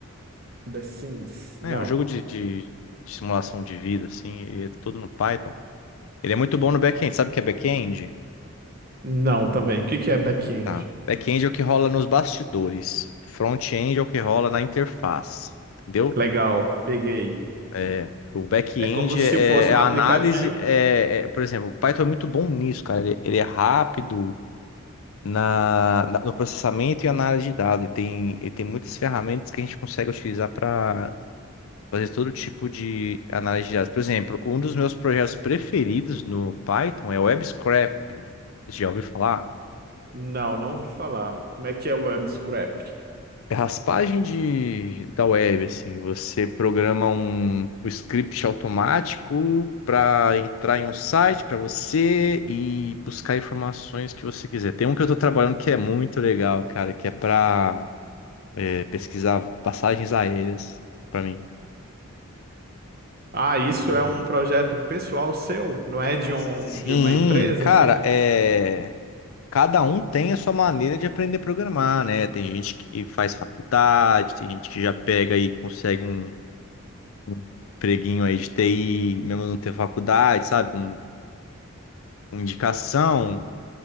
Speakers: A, on the right; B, on the left.
A: The Sims. Não.
B: É, o jogo de, de, de simulação de vida, assim, e é tudo no Python. Ele é muito bom no back-end. Sabe o que é back-end?
A: Não, também. O que que é back-end?
B: Tá. Back-end é o que rola nos bastidores. Front-end é o que rola na interface. Entendeu?
A: Legal, peguei.
B: É, o back-end
A: É como se
B: é, é
A: fosse
B: é
A: um
B: a
A: aplicativo?
B: análise. É, é- por exemplo, o Python é muito bom nisso, cara. Ele, ele é rápido na, na- no processamento e análise de dados. Ele tem, ele tem muitas ferramentas que a gente consegue utilizar para fazer todo tipo de análise de dados. Por exemplo, um dos meus projetos preferidos no Python é o web scraping. Já ouviu falar?
A: Não, não ouvi falar. Como é que é o Web Scrap?
B: É raspagem de, da web, assim, você programa um, um script automático para entrar em um site para você e buscar informações que você quiser. Tem um que eu estou trabalhando que é muito legal, cara, que é para pesquisar passagens aéreas para mim.
A: Ah, isso
B: um-
A: é um projeto pessoal seu? Não é de
B: Sim,
A: um de uma empresa
B: cara,
A: assim?
B: é. cada um tem a sua maneira de aprender a programar, né? Tem gente que faz faculdade, tem gente que já pega e consegue um, um empreguinho aí de TI, mesmo não ter faculdade, sabe? Com com indicação.